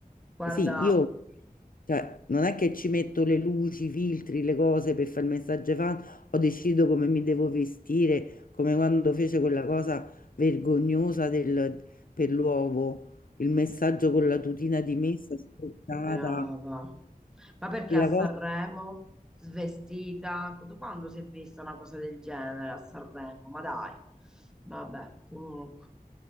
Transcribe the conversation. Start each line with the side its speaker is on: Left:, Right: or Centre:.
Centre: Guarda,
Left: Sì, io. Cioè, non è che ci metto le luci, i filtri, le cose per fare il messaggio ai fan, o decido come mi devo vestire, come quando fece quella cosa vergognosa del- per l'uovo, il messaggio con la tutina di messa spostata,
Centre: Brava. Ma perché
Left: quella
Centre: a Sanremo,
Left: cosa.
Centre: svestita? Da Quando si è vista una cosa del genere a Sanremo? Ma dai, vabbè, comunque.